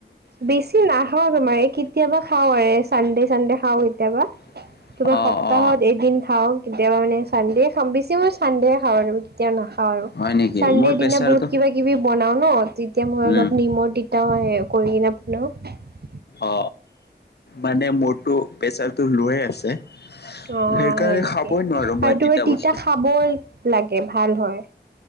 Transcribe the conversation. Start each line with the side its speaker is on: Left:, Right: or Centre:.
Right: বেছি নাখাও তোমাৰ কেতিয়াবা খাওঁ আৰু চানডে চানডে খাওঁ কেতিয়াবা
Left: <unintelligible>
Right: তোমাৰ সপ্তাহত
Left: অ
Right: এদিন খাওঁ কেতিয়াবা মানে চান্দে খাওঁ বেছি মই চান্দে খাওঁ আৰু কেতিয়াও নাখাওঁ
Left: হয় নেকি
Right: চানডেৰ
Left: মোৰ প্ৰেচাৰটো
Right: দিনা বহুত কিবা কিবি বনাও ন তেতিয়া মই
Left: উম
Right: অলপ নিমখ তিতা হয় াপ নো <unintelligible>
Left: অ মানে মোৰতো প্ৰেচাৰতটো লয়ে আছে।
Right: অ
Left: সেইকাৰণে
Right: হয় নেকি
Left: খাবই
Right: আৰু
Left: নোৱাৰো মই
Right: তুমি তিতা
Left: বস্তু
Right: খাবই লাগে ভাল হয়।